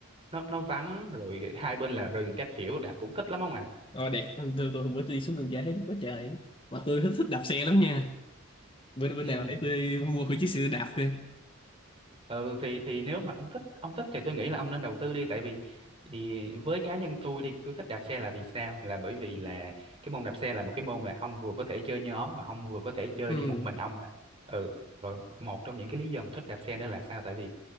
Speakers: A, on the right; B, on the left.
A: nó nó vắng rồi hai bên là rừng các kiểu đạp cũng thích lắm không ạ
B: Ờ, đẹp tôi tôi bữa tôi đi xuống đường giải thấy quá trời mà tôi thích, thích đạp xe lắm nha bữa bữa
A: Ừ.
B: nào để tôi mua thử chiếc xe đạp coi
A: ừ thì thì nếu mà ông thích ông thích thì tôi nghĩ là ông nên đầu tư đi tại vì thì với cá nhân tôi đi tôi thích đạp xe là vì sao là bởi vì là cái môn đạp xe là một cái môn là ông vừa có thể chơi nhóm mà ông vừa có thể chơi
B: ừ.
A: kiểu một mình ông nè ừ rồi một trong những cái lý do mà thích đạp xe nữa là sao tại vì